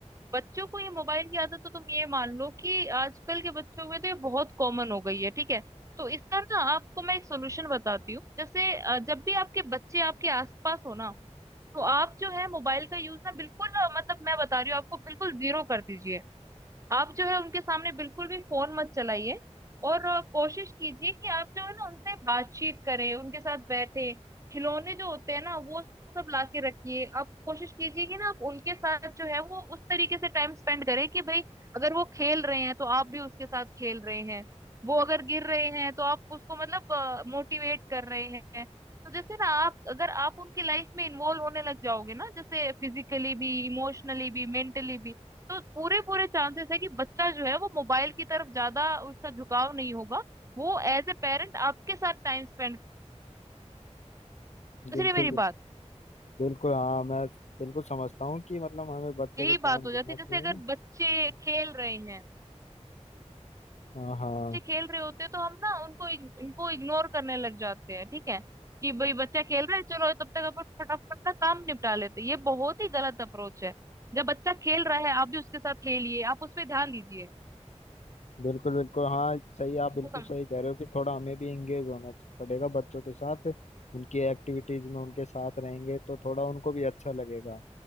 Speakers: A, on the right; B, on the left.
A: बच्चों को ये मोबाइल की आदत तो तुम ये मान लो कि आजकल के बच्चों में तो ये बहुत कॉमन हो गई है ठीक है तो इसका ना आपको मैं एक सोल्यूशन बताती हूँ जैसे अ, जब भी आपके बच्चे आपके आसपास हो ना तो आप जो है मोबाइल का यूज ना बिल्कुल अ, मतलब मैं बता रही हूँ आपको बिल्कुल जीरो कर दीजिए आप जो है उनके सामने बिल्कुल भी फोन मत चलाइए और अ, कोशिश कीजिए कि आप जो है ना उनसे बातचीत करें उनके साथ बैठे खिलौने जो होते हैं ना वो सब लाके रखिए आप कोशिश कीजिए कि ना आप उनके साथ जो है वो उस तरीके से टाइम स्पेंड करें कि भाई अगर वो खेल रहे हैं तो आप भी उसके साथ खेल रहे हैं वो अगर गिर रहे हैं तो आप उसको मतलब मोटिवेट कर रहे हैं तो जैसे ना आप अगर आप उनकी लाइफ में इन्वॉल्व होने लग जाओगे ना जैसे फिजिकली भी इमोशनली भी मेंटली भी तो पूरे पूरे चांसेस है कि बच्चा जो है वो मोबाइल की तरफ ज्यादा उसका झुकाव नहीं होगा वो एज ए पेरेंट आपके साथ टाइम स्पेंड
B: बिल्कुल
A: इसलिए मेरी बात
B: बिल्कुल हाँ मैं बिल्कुल समझता हूँ कि मतलब हमें बच्चे
A: यही
B: को टाइम
A: बात हो
B: देना
A: जाती है
B: चाहिए
A: जैसे अगर बच्चे खेल रहे हैं
B: हाँ हाँ
A: बच्चे खेल रहे होते हैं तो हम ना उनको इग- इनको इग्नोर करने लग जाते हैं ठीक है कि भाई बच्चा खेल रहा है चलो तब तक अपन फटाफट ना काम निपटा लेते हैं ये बहुत ही गलत अप्रोच है जब बच्चा खेल रहा है आप भी उसके साथ खेलिए आप उस पर ध्यान दीजिए
B: बिल्कुल बिल्कुल हाँ सही आप बिल्कुल
A: उसको सम...
B: सही कह रहे हो कि थोड़ा हमें भी इंगेज होना पड़ेगा बच्चों के साथ उनकी एक्टिविटीज में उनके साथ रहेंगे तो थोड़ा उनको भी अच्छा लगेगा